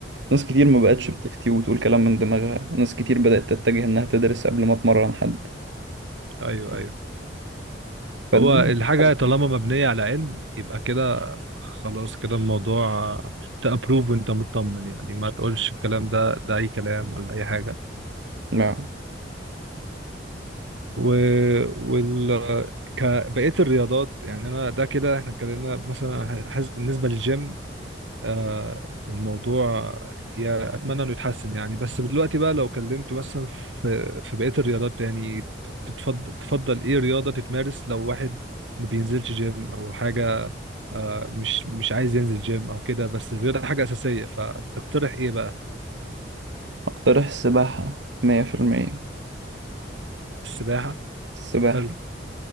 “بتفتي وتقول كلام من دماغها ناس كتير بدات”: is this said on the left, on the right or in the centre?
Right